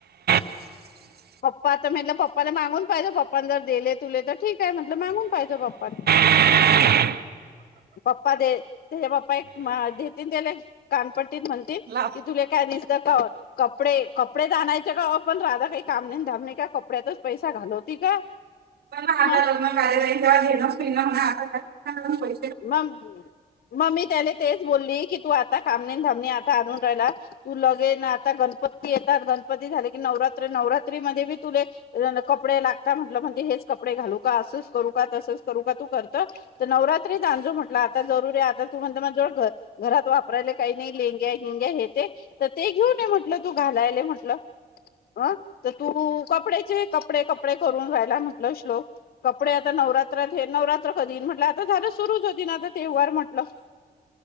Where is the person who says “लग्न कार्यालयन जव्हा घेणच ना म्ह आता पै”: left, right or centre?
Right